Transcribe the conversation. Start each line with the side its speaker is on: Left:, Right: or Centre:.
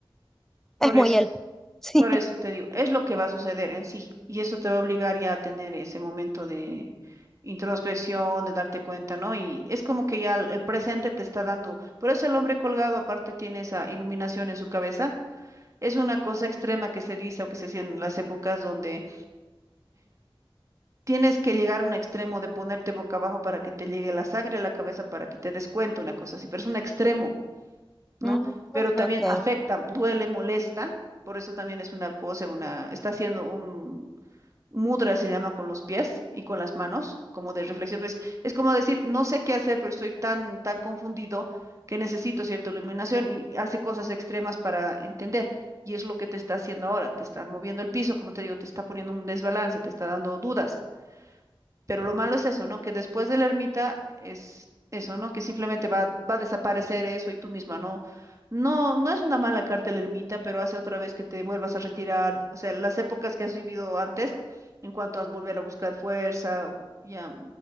Right: Por
Centre: Es muy
Right: eso.
Centre: él. <laughs> Sí.
Right: Por eso te digo, es lo que va a suceder en sí, y eso te va a obligar ya a tener ese momento de introspección, de darte cuenta, ¿no? Y es como que ya el el presente te está dando, por eso el hombre colgado aparte tiene esa iluminación en su cabeza, es una cosa extrema que se dice o que se hacía en las épocas donde tienes que llegar a un extremo de ponerte boca abajo para que te llegue la sangre a la cabeza, para que te des cuenta, una cosa así, pero es un extremo, ¿no?
Centre: Mm,
Right: Pero
Centre: Ok.
Right: también afecta, duele, molesta. Por eso también es una pose, una, está haciendo un, Mudra se llama con los pies y con las manos, como de reflexión. Es, es como decir, no sé qué hacer, pero estoy tan, tan confundido que necesito cierta iluminación y hace cosas extremas para entender. Y es lo que te está haciendo ahora. Te está moviendo el piso, como te digo, te está poniendo un desbalance, te está dando dudas. Pero lo malo es eso, ¿no? Que después de la ermita es eso, ¿no? Que simplemente va, va a desaparecer eso y tú misma, ¿no? No, no es una mala carta la ermita, pero hace otra vez que te vuelvas a retirar. O sea, las épocas que has vivido antes, en cuanto a volver a buscar fuerza y a